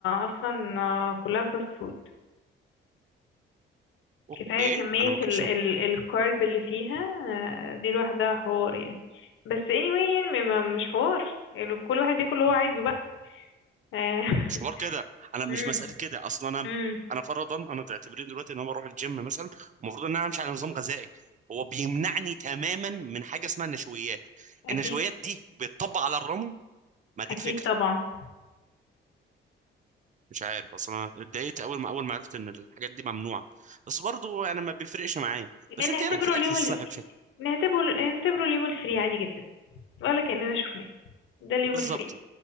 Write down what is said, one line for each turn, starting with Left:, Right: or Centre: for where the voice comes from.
Left: أصلا آه، كلها فاست فود
Right: اوكي
Left: كفاية كمية
Right: انا ما كنتش
Left: ال ال الكارب اللي فيها آه، دي لوحدها حوار يعني بس anyway يعني ما- مش حوار ال- كل واحد بياكل اللي هو عايزه بقى آه، <laughs>
Right: مش حوار كده انا مش
Left: مم.
Right: مساله كده اصلا انا
Left: مم.
Right: انا فرضا انا تعتبرين دلوقتي ان انا بروح الجيم مثلا المفروض ان انا امشي على نظام غذائي هو بيمنعني تماما من حاجه اسمها النشويات
Left: أكيد
Right: النشويات دي بتطبق على الرامن ما دي
Left: أكيد
Right: الفكره
Left: طبعا
Right: مش عارف اصلا انا اتضايقت اول ما اول ما عرفت ان الحاجات دي ممنوعه بس برضو انا ما بيفرقش معايا بس انت
Left: نعتبره
Right: ايه رايك في الاكل
Left: اليوم
Right: الصحي
Left: ال...
Right: بشكل
Left: نعتبره نعتبره اليوم الفري عادي جدا ولا كأننا شفناه ده اليوم
Right: بالظبط
Left: الفري